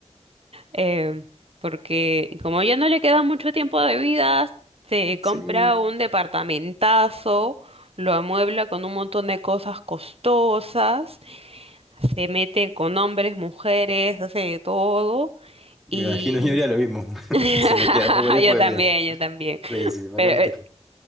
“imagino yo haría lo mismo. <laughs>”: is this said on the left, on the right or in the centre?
Centre